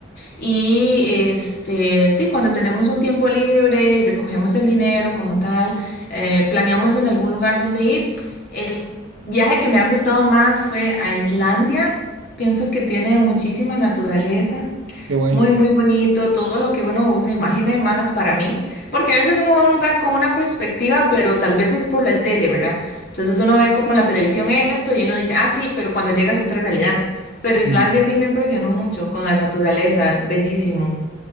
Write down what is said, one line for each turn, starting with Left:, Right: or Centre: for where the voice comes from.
Left: Y este, sí, cuando tenemos un tiempo libre y recogemos el dinero como tal, eh, planeamos en algún lugar donde ir. El viaje que me ha gustado más fue a Islandia. Pienso que tiene muchísima naturaleza.
Right: qué guay.
Left: Muy, muy bonito, todo lo que uno se imagina y más para mí, porque a veces uno va a un lugar con una perspectiva, pero tal vez es por la tele, ¿verdad? Entonces uno ve como en la televisión esto y uno dice, ah, sí, pero cuando llegas a otra realidad. Pero Islandia
Right: Mm.
Left: sí me impresionó mucho con la naturaleza, bellísimo.